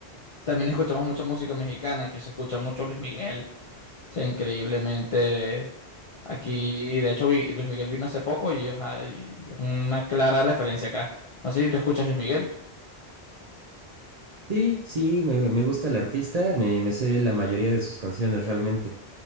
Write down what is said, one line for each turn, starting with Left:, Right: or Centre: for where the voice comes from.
Left: También escuchamos mucha música mexicana, aquí se escucha mucho Luis Miguel. O sea, increíblemente aquí, de hecho, vi- Luis Miguel vino hace poco y, ajá, y es una clara referencia acá. No sé si tú escuchas Luis Miguel.
Right: Sí, sí, me, me gusta el artista, me, me sé la mayoría de sus canciones realmente,